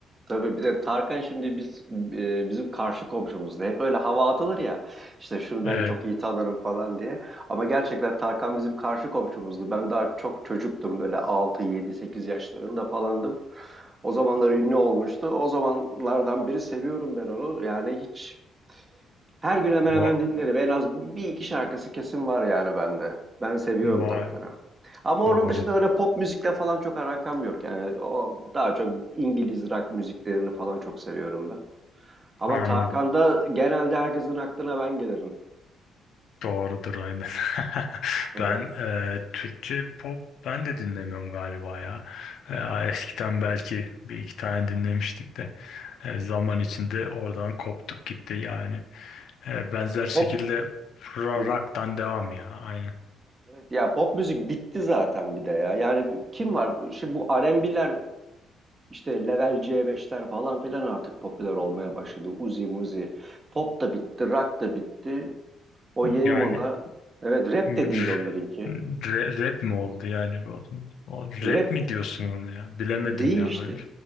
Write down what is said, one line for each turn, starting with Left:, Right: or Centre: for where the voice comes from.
Right: Tabii bir de Tarkan şimdi biz e, bizim karşı komşumuzda. Hep öyle hava atılır ya. İşte şunu
Left: Evet.
Right: ben çok iyi tanırım falan diye. Ama gerçekten Tarkan bizim karşı komşumuzdu. Ben daha çok çocuktum böyle 6, 7, 8 yaşlarında falandım. O zamanlar ünlü olmuştu. O zamanlardan beri seviyorum ben onu. Yani hiç her gün hemen hemen
Left: O,
Right: dinlerim. En az bir iki şarkısı kesin var yani bende. Ben seviyorum
Left: vay
Right: Tarkan'ı.
Left: be,
Right: Ama onun
Left: doğrudur.
Right: dışında öyle pop müzikle falan çok alakam yok. Yani o daha çok İngiliz rock müziklerini falan çok seviyorum ben. Ama
Left: Anladım.
Right: Tarkan'da genelde herkesin aklına ben gelirim.
Left: Doğrudur aynen. <laughs>
Right: Evet.
Left: Ben e, Türkçe pop ben de dinlemiyorum galiba ya. E, eskiden belki bir iki tane dinlemiştik de e, zaman içinde oradan koptuk gitti yani. E, benzer şekilde
Right: Pop
Left: ra-
Right: Hı hı.
Left: rock'tan devam ya aynen.
Right: Evet. Ya pop müzik bitti zaten bir de ya. Yani kim var? bu- Şimdi bu R&B'ler İşte level C5'ler falan filan artık popüler olmaya başladı. Uzi muzi. Pop da bitti, rock da bitti. O yeni
Left: Yani
Right: moda. Evet rap
Left: r-
Right: de değil onlarınki.
Left: r- rap mi oldu yani? O, o rap
Right: Rap
Left: mi diyorsun onu ya? Bilemedim
Right: değil
Left: ya
Right: işte.
Left: ben.